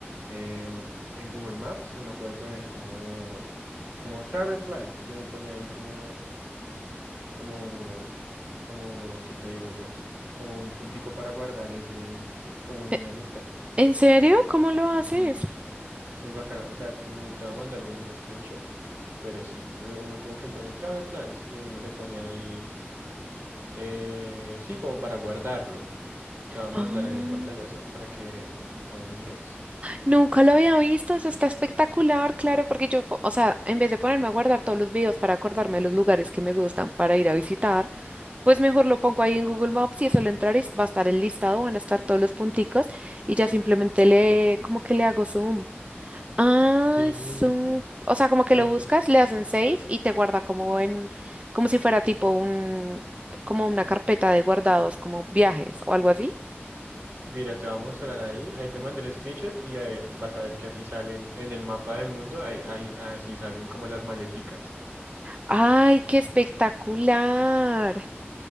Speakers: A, on the right; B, on the right.
A: em, en Google Maps, uno puede poner como, como travel plans y uno pone ahí como, el- como, como, ¿qué te digo yo? Como un puntico para guardar ese, ¿sí?
B: <laughs>
A: Como en
B: ¿e-
A: una lista.
B: ¿En serio? ¿Cómo lo haces?
A: Y es bacano. O sea, tú te va a mandar un screenshot, pero sí, eh, uno como que pone travel plans y uno le pone ahí, eh, sí, como para guardarlo. Te va a mandar
B: Ah,
A: ahí el pantallazo para que lo mires.
B: nunca lo había visto, eso está espectacular, claro, porque yo, po- o sea, en vez de ponerme a guardar todos los videos para acordarme de los lugares que me gustan para ir a visitar, pues mejor lo pongo ahí en Google Maps y eso lo entrar va a estar el listado, van a estar todos los punticos y ya simplemente le, como que le hago zoom. Ah,
A: Sí,
B: su-
A: sí.
B: O sea, como que
A: Ahí
B: lo buscas,
A: te,
B: le hacen save y te guarda como en, como si fuera tipo un, como una carpeta de guardados, como viajes o algo así.
A: mira, te va a mostrar ahí. Ahí te mandé el screenshot y ahí vas a ver que así salen en el mapa del mundo. Ahí, ahí- así salen como las maleticas.
B: Ay, qué espectacular.